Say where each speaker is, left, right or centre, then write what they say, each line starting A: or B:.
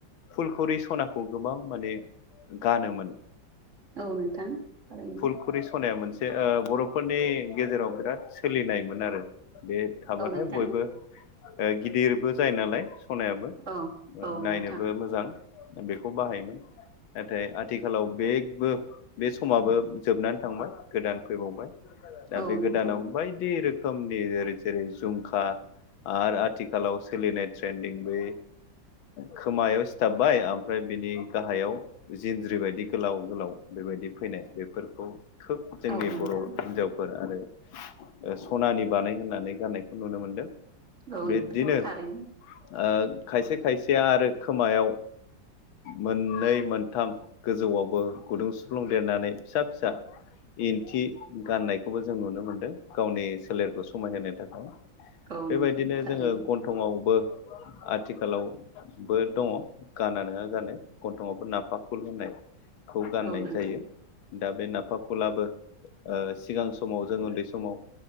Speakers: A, on the left; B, on the right.
A: फुलखरि सनाखौ गोबां माने गानोमोन।
B: औ नोंथां थारैनो।
A: फुलखुरि सनाया मोनसे बे ओ बर'फोरनि गेजेराव बिराद सोलिनायमोन आरो। बे थाबाथाय
B: औ नोंथां
A: बयबो ओ गिदिरबो जायो नालाय। सनायाबो ओ
B: औ औ
A: नायनोबो
B: नोंथां
A: मोजां बेखौ बाहायोमोन। नाथाय आथिखालाव बेगबो बे समाबो जोबनानै थांबाय गोदान फैबावबाय। दा
B: औ
A: बे
B: नोंथां
A: गोदानाव बायदि रोख खोमनि जै जेरै जुमखा आरो आथिखालाव सोलिनाय ट्रेन्दिं बै खोमायाव सिथाबबाय ओमफ्राय बिनि गाहायाव जिनज्रि बायदि गोलाव गोलाव बेबाय दि फैनाय बेफोरखौ खोब जोंनि
B: औ नोंथां
A: बर' हिनजावफोर आरो ओ सनानि बानाय होनानै गाननायखौ नुनो मोनदों।
B: औ
A: बिदिनो
B: नोंथां थारैनो।
A: ओ खायसे खायसेया आरो खोमायाव मोननै मोनथाम गोजौआवबो गुदुं सुफ्लुं देरनानै फिसा फिसा इन्थि गाननायखौबो जों नुनो मोनदों गावनि सोलेरखौ समायहोनो थाखाय।
B: औ
A: बेबायदिनो
B: नोंथां थारैनो
A: जोङो गन्थंआवबो आथिखालावबो दङ गाना नोङा गान गन्थंआवबो नाफा फुल होननाय। खौ गाननाय
B: औ नोंथां
A: जायो। दा बे नाफाखुलाबो ओ सिगां समाव जों उन्दै समाव